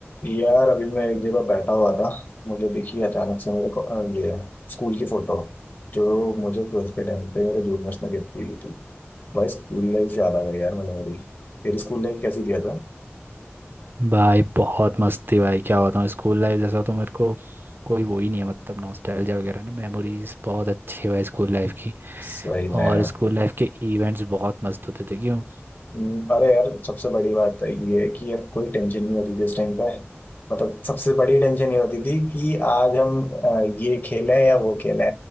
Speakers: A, on the left; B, on the right.
A: यार अभी मैं एक जगह बैठा हुआ था मुझे दिखी अचानक से मेरे को अ, ये स्कूल की फोटो जो मुझे ट्वेल्थ के टाइम पे मेरे जूनियर्स ने गिफ्ट की हुई थी भाई स्कूल लाइफ याद आ गई यार मुझे मेरी तेरी स्कूल लाइफ कैसी दिया था
B: भाई बहुत मस्ती भाई क्या बताऊँ स्कूल लाइफ जैसा तो मेरे को कोई वो ही नहीं है मतलब नॉस्टैल्जिया वगैरह ना मेमोरीज बहुत अच्छी है भाई स्कूल लाइफ की
A: सही में
B: और
A: यार
B: स्कूल लाइफ के इवेंट्स बहुत मस्त होते थे क्यों
A: हम्म, अरे यार सबसे बड़ी बात है ये है कि यार कोई टेंशन नहीं होती थी इस टाइम पे मतलब सबसे बड़ी टेंशन ये होती थी कि आज हम अ, ये खेलें या वो खेलें